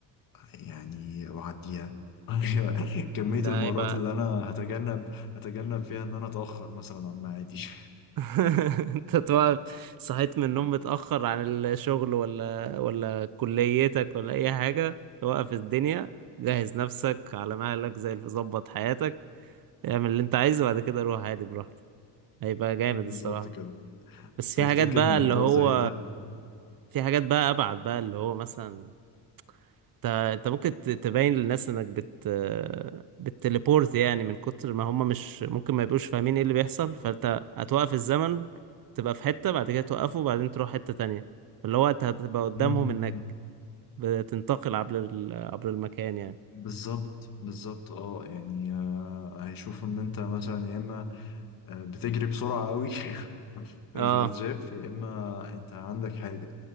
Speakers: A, on the left (about 50°); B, on the right (about 50°).
A: يعني واعديها <laughs> كمية
B: ده
A: المرات
B: هيبقى
A: اللي انا هتجنب هتجنب فيها ان انا اتأخر مثلا عن ميعادي
B: <laughs> انت تبقى صحيت من النوم
A: <laughs>
B: متأخر عن الشغل ولا ولا كليتك ولا اي حاجة توقف الدنيا جهز نفسك على مهلك زي اللي ظبط حياتك اعمل اللي انت عايزه وبعد كده روح عادي براحتك هيبقى جامد
A: بالظبط
B: الصراحة
A: كده
B: بس
A: تفتكر
B: في حاجات بقى
A: الموضوع
B: اللي هو
A: زي ده
B: في حاجات بقى أبعد بقى اللي هو مثلا انت انت ممكن ت- تبين للناس انك بت بتليبورت يعني من كتر ما هم مش ممكن ما يبقوش فاهمين ايه اللي بيحصل فانت هتوقف الزمن تبقى في حتة بعد كده توقفه وبعدين تروح حتة تانية اللي هو انت هتبقى قدامهم
A: مهم.
B: انك بتنتقل عبر ال... عبر المكان يعني
A: بالظبط بالظبط اه يعني آه، هيشوفوا ان انت مثلا يا اما آه، بتجري بسرعة قوي <laughs> مش
B: اه
A: بتتشاف يا إما أنت عندك حاجة